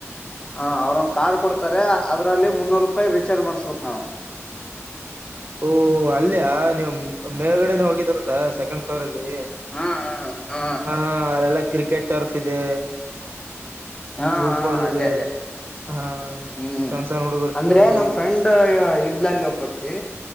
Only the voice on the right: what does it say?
ಓ ಅಲ್ಲಯ ನೀವು ಮೇಲುಗಡೆ ಹೋಗಿದರ ಸೆಕೆಂಡ್ ಫ್ಲೋರ್ ಅಲ್ಲಿ
ಹ ಅಲೆಲ್ಲ ಕ್ರಿಕೆಟ್ ಟರ್ಫ್ ಇದೆ
ಫುಟ್ಬಾಲ್
ಇದೆ
ಹಾ
ಸಣ್ಣ ಸಣ್ಣ ಹುಡುಗರು
ಇವು
ಇದೆ